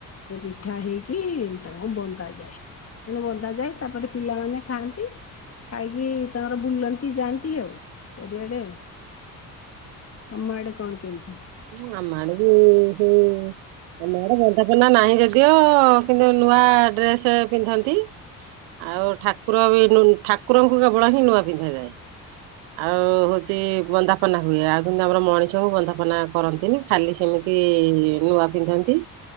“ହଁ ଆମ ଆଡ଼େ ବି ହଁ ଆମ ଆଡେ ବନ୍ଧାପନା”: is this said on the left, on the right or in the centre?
Right